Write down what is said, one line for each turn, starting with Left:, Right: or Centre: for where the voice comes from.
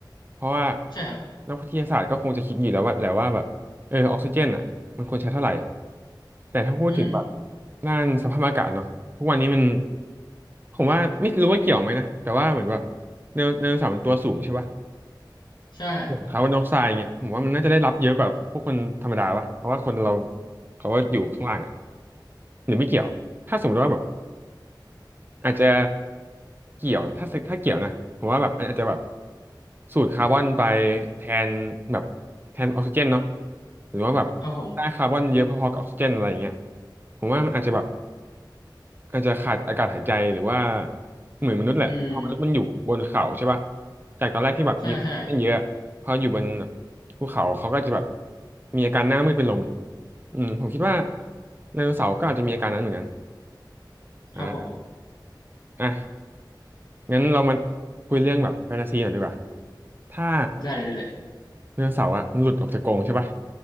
Right: เพราะว่า
Left: ใช่ครับ
Right: นักวิทยาศาสตร์ก็คงจะคิดอยู่แล้วว่าแหละว่าแบบเออออกซิเจนอ่ะมันควรใช้เท่าไหร่แต่ถ้าพูดถึงแบบ
Left: อืม
Right: ด้านสภาพอากาศเนาะทุกวันนี้มันผมว่าไม่รู้ว่าเกี่ยวไหมนะแต่ว่าเหมือนแบบไดโนไดโนเสาร์มันตัวสูงใช่ปะ
Left: ใช่
Right: ส่วนคาร์บอนไดออกไซด์เนี่ยผมว่ามันน่าจะได้รับเยอะกว่าพวกคนธรรมดาปะเพราะว่าคนเราเขาก็อยู่ข้างล่างอ่ะ
Left: อืม
Right: หรือไม่เกี่ยวถ้าสมมติว่าแบบ อาจจะเกี่ยวถ้าสึกถ้าเกี่ยวนะผมว่าแบบมันอาจจะแบบสูดคาร์บอนไปแทนแบบแทนออกซิเจนเนาะหรือว่าแบบได้คาร์บอนเยอะพอๆกับออกซิเจนอะไรอย่างเงี้ย
Left: ครับผม
Right: ผมว่ามันอาจจะแบบอาจจะขาดอากาศหายใจหรือว่าเหมือนมนุษย์แหละพอมนุษย์มันอยู่บนเขาใช่ปะ
Left: อืม
Right: จากตอนแรกที่แบบมีออกซิเจนเยอะพออยู่บนแบบภูเขาเขาก็จะแบบ
Left: ใช่ใช่
Right: มีอาการหน้ามืดเป็นลมอืมผมคิดว่าไดโนเสาร์ก็อาจจะมีอาการนั้นเหมือนกันอ่า
Left: ครับผม
Right: อ่ะ งั้นเรามาคุยเรื่องแบบแฟนตาซีหน่อยดีกว่าถ้า
Left: ได้เลยได้เลย
Right: ไดโนเสาร์อะมันหลุดออกจากกรงใช่ปะ